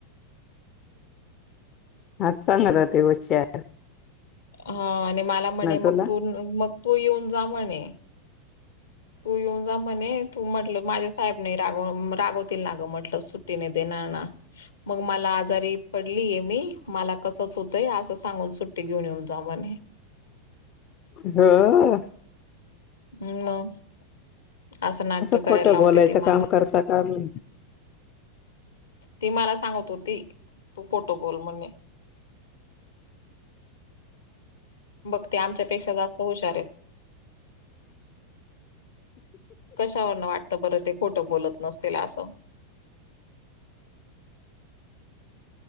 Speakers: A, on the left (about 35°); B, on the left (about 65°).
A: हां चांगलं रे तेवं श.
B: हां आणि मलां म्हणे
A: तुला
B: मंग तूं मंग तूं येऊंन जां म्हणे. तूं येऊंन जां म्हणे तूं म्हटलं माझ्या साहेबने रांगव रांगवतील नां गं म्हटलं सुट्टीने देणारं नां. मंग मलां आजारी पडलीय मी मलां कसंच होतंय असं सांगून सुट्टी घेऊंन येऊंन जां म्हणे.
A: अं हां.
B: हम्मं मंग असं नाटकं
A: खोटं
B: करांयला लावते
A: बोलायचं
B: ते मलां.
A: काम करता का म्हण
B: ती मलां सांगत होती तूं फोटोबोल म्हणणे. बघं ते आमच्यांपेक्षा जास्तं हुंशार आहेत. कशांवरून वाटतं बरं ते खोटं बोलंत नसतील असं.